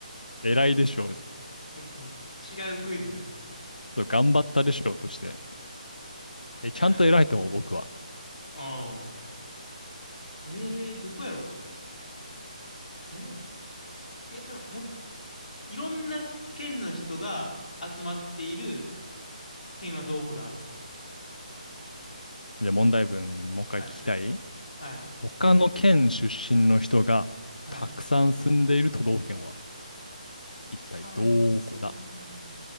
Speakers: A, on the left (about 80°); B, on the left (about 60°).
A: 偉いでしょう。
B: それもう違うクイズになってる。
A: そう、頑張ったでしょうとして。え、ちゃんと偉いと思う、
B: あ
A: 僕は。
B: あ。ええーどこやろええ、じゃあ、もう、いろんな県の人が集まっている県はどこだ
A: で、問題文、もう一回聞きたい
B: はい。はい。
A: 他の県出身の人がたくさん住んでいる都道府県は
B: はい。たくさん住ん、
A: 一体どこだ